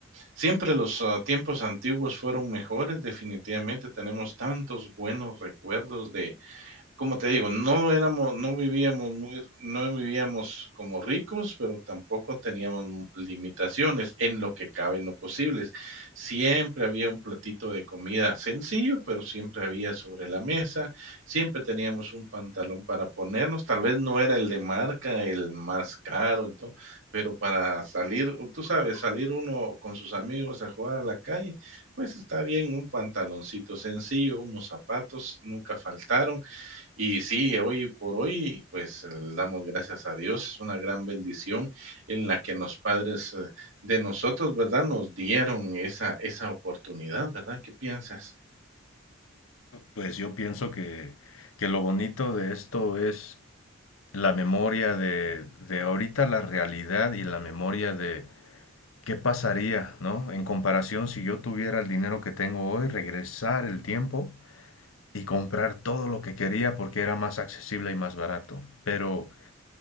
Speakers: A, on the right; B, on the left.
A: siempre los ah, tiempos antiguos fueron mejores, definitivamente tenemos tantos buenos recuerdos de como te digo, no éramos, no vivíamos muy, no vivíamos como ricos, pero tampoco teníamos limitaciones en lo que cabe en lo posibles. Siempre había un platito de comida sencillo, pero siempre había sobre la mesa, siempre teníamos un pantalón para ponernos, tal vez no era el de marca, el más caro, el to- pero para salir, tú sabes, salir uno con sus amigos a jugar a la calle, pues está bien un pantaloncito sencillo, unos zapatos, nunca faltaron y sí, hoy por hoy, pues eh, le damos gracias a Dios, Es una gran bendición en la que los padres eh, de nosotros, ¿verdad? Nos dieron esa, esa oportunidad, ¿verdad? ¿Qué piensas?
B: Pues yo pienso que, que lo bonito de esto es la memoria de, de ahorita, la realidad y la memoria de qué pasaría, ¿no? En comparación, si yo tuviera el dinero que tengo hoy, regresar el tiempo y comprar todo lo que quería porque era más accesible y más barato. Pero